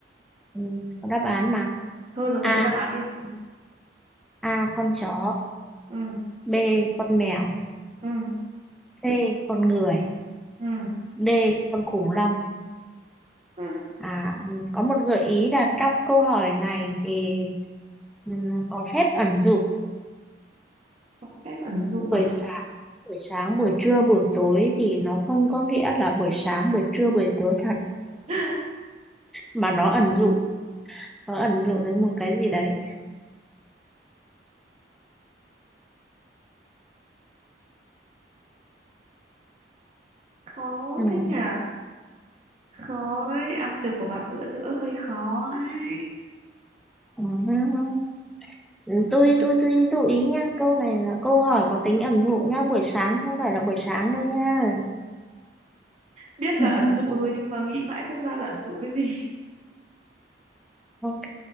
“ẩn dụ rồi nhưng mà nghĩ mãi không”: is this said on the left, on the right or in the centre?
Right